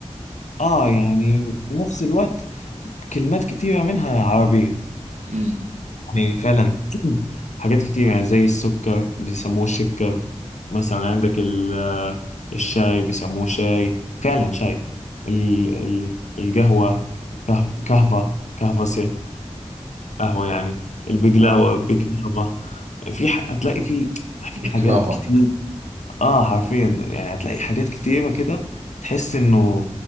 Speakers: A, on the left (about 80°); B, on the right (about 75°).
A: اه يعني وفي نفس الوقت كلمات كتيرة منها عربية
B: امم
A: يعني فعلا <clears throat> حاجات كتير يعني زي السكر بيسموه شكر مثلا عندك ال- آه، الشاي بيسموه شاي فعلا شاي ال- ال- القهوة كهف- كهفة كهفسة قهوة يعني البقلاوة
B: اه
A: بقلاوة في ح... هتلاقي في في
B: بكلافا
A: حاجات كتير اه حرفيا يعني هتلاقي حاجات كتيرة كده تحس انه